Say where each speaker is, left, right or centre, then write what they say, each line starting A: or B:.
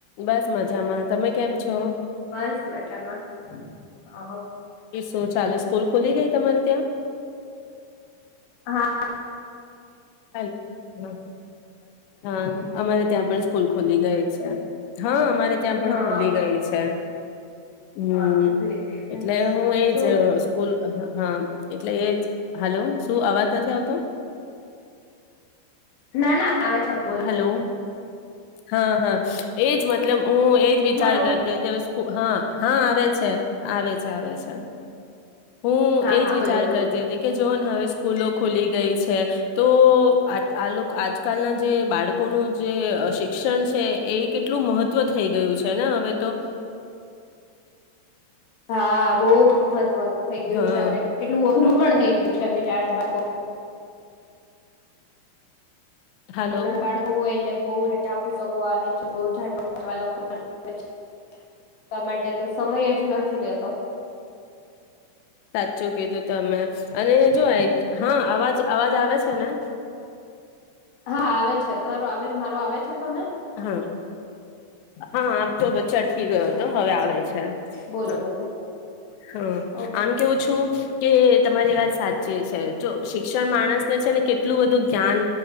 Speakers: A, on the left (about 80°); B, on the left (about 65°).
A: બસ મજામાં. તમે કેમ છો?
B: બસ, મજામાં, હ‌
A: તો ચાલો, સ્કૂલ ખુલી ગઈ તમારે ત્યાં?
B: હા.
A: હલો. હ, હા, અમારે ત્યાં પણ સ્કૂલ ખુલી ગઈ છે. હા, અમારે ત્યાં પણ
B: હા
A: ખુલી ગઈ છે. હમ,
B: હા ભૂલી ગઈ
A: એટલે હું એજ
B: શું
A: સ્કૂલ હા, એટલે એ જ. હલો, શું અવાજ નથી આવતો?
B: ના, ના. આવે છે, બોલ.
A: હલો હા, હા. એજ મતલબ હું એજ વિચાર
B: મારો
A: કરતી હતી, હા. હા, આવે છે, આવે છે, આવે છે. હું
B: હા
A: એજ
B: હા
A: વિચાર
B: બોલો બોલો
A: કરતી હતી કે જોને હવે સ્કૂલો ખુલી ગઈ છે, તો આ આજકાલના જે બાળકોનું જે શિક્ષણ છે, એ કેટલું મહત્ત્વ થઈ ગયું છે ને, હવે તો
B: હા, બહુ. હ <unintelligible> નું થઈ ગયું
A: હા
B: છે એટલું અઘરું પણ થઈ <unintelligible> ગયું છે બીચાડા બાકો
A: હાલો
B: ના ના બાળકો હોય ને <unintelligible> બહાપુસકો આવે છે બહ જા <unintelligible> વાચવા લખવા માટે તો સમય જ નથી રતો.
A: સાચું કીધુ. તમે અને જો આય હા અવાજ અવાજ આવે છે ને?
B: હા આવે છે તમારો આવે મારો આવે છે તમને?
A: હા હા આમ તો ચટકી ગયો
B: હા
A: હતો હવે આવે છે હ
B: બોલો બોલો
A: હા
B: ઓકે
A: આમ કેવું છું કે તમારી વાત સાચી છે જો શિક્ષણ માણસને છે ને કેટલું બધું જ્ઞાન